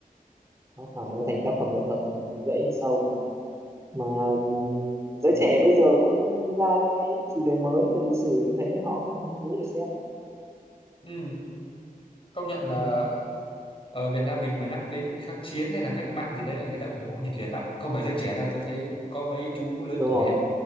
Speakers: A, on the right (about 20°); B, on the left (about 35°).
A: nó phải nó thành tác phẩm nghệ thuật rồi nó dễ in sâu vào mà um, giới trẻ bây giờ cũng ra những cái chủ đề mới về lịch sử như thế họ cũng hứng thú để xem đấy
B: ừ. công nhận là
A: ừ.
B: ở Việt Nam mình mà nhắc đến kháng chiến hay là cách mạng gì đấy là người ta ủng hộ nhiệt liệt lắm không phải giới trẻ đâu tôi thấy có mấy chú lớn
A: đúng
B: tuổi
A: rồi
B: ấy,